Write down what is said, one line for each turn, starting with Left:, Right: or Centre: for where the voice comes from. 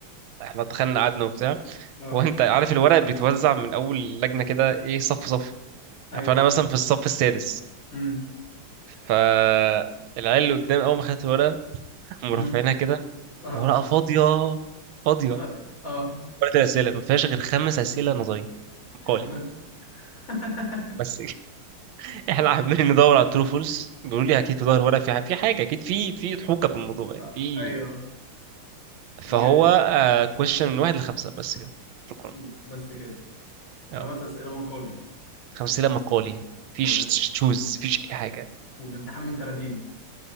Right: احنا دخلنا قعدنا وبتاع
Left: اه
Right: هو انت عارف الورق بيتوزع من اول لجنه كده ايه صف صف
Left: ايوه
Right: فانا مثلا في الصف السادس
Left: امم
Right: فالعيال اللي قدام اول ما خدت الورقه <laughs> قاموا
Left: امم
Right: رافعينها كده
Left: اه
Right: الورقه فاضيه فاضيه
Left: اه اه
Right: ورقه الاسئله ما فيهاش غير خمس اسئله نظري مقالي
Left: خمس <laughs>
Right: بس <laughs> احنا عمالين ندور على الترو فولس بيقولوا لي اكيد في ظهر ورقه في ح- في حاجه اكيد في في ضحوكه في الموضوع يعني
Left: آه.
Right: في
Left: ايوه ما
Right: فهو
Left: جاء
Right: كويشن من واحد لخمسه بس كده شكرا
Left: ب- بس كده خمس
Right: اه
Left: اسئله مقالي
Right: خمس اسئله مقالي فيش
Left: وال...
Right: تشوز فيش اي حاجه
Left: والامتحان من 30